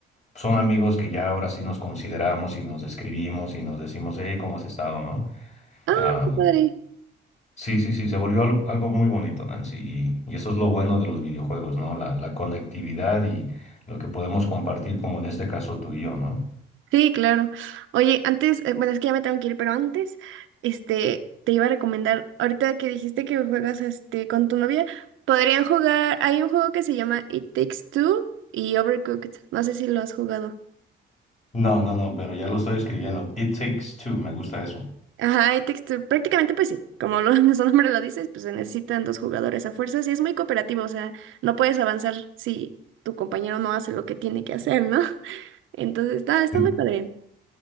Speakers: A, on the left; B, on the right.
A: son amigos que ya ahora sí nos consideramos y nos escribimos y nos decimos, hey, ¿cómo has estado, no?
B: Ah,
A: Am,
B: qué padre.
A: sí, sí, sí, se volvió al- algo muy bonito, Nancy, y, y eso es lo bueno de los videojuegos, ¿no? La, la conectividad y lo que podemos compartir, como en este caso tú y yo, ¿no?
B: Sí, claro. Oye, antes, eh, bueno, es que ya me tengo que ir, pero antes, este, te iba a recomendar, ahorita que dijiste que juegas, este, con tu novia, podrían jugar, hay un juego que se llama It Takes Two y Overcooked, no sé si lo has jugado.
A: No, no, no, pero ya lo estoy escribiendo. It takes two, me gusta eso.
B: Ajá, It Takes Two, prácticamente pues sí, como lo, <laughs> su nombre lo dices, pues se necesitan dos jugadores a fuerzas y es muy cooperativo, o sea, no puedes avanzar si tu compañero no hace lo que tiene que hacer, ¿no? <laughs> Entonces, está, está
A: Mm,
B: muy padre.